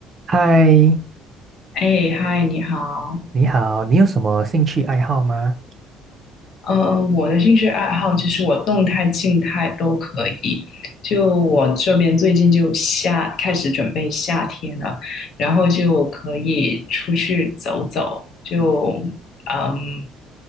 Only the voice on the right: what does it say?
嗨，
你好，你有什么兴趣爱好吗？